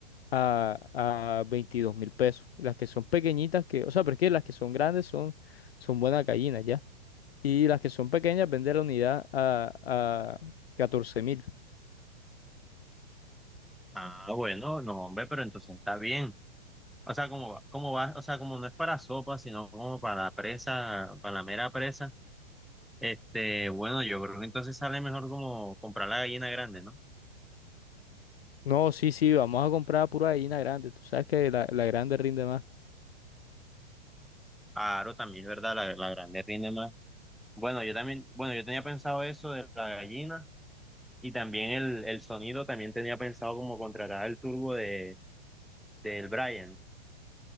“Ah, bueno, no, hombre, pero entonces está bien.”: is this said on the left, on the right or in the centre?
Centre